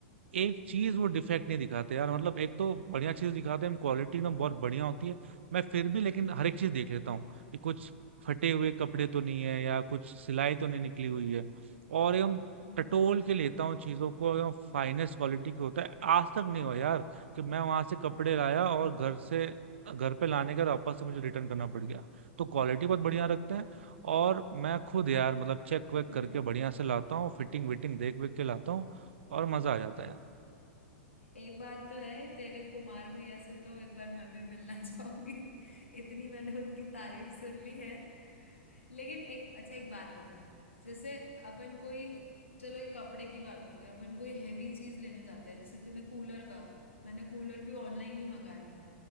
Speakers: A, on the right; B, on the left.
A: एक चीज वो डिफेक्ट नहीं दिखाते यार मतलब एक तो बढ़िया चीज दिखाते हैं क्वालिटी एकदम बहुत बढ़िया होती है मैं फिर भी लेकिन हर एक चीज देख लेता हूँ कि कुछ फटे हुए कपड़े तो नहीं है या कुछ सिलाई तो नहीं निकली हुई है और एकदम
B: हम्म
A: टटोल के लेता हूँ चीजों को एकदम फाइनेस्ट क्वालिटी की होता है आज तक नहीं हुआ यार कि मैं वहां से कपड़े लाया और घर से घर पे लाने के बाद वापस से मुझे रिटर्न करना पड़ गया तो क्वालिटी बहुत बढ़िया रखते हैं और मैं खुद यार मतलब चेक वेक
B: हम्म
A: करके बढ़िया से लाता हूँ फिटिंग विटिंग देख वेख के लाता हूँ और मजा आ जाता है यार।
B: एक बात तो है तेरे कुमार भैया से तो एक बार मैं भी मिलना चाहूंगी <laughs> इतनी मैंने उनकी तारीफ सुन ली है लेकिन एक अच्छा एक बात बता जैसे अपन कोई चलो ये कपड़े की बात हो गई अपन कोई हैवी चीज लेने जाते हैं जैसे तूने कूलर का मैंने कूलर भी ऑनलाइन ही मंगाया था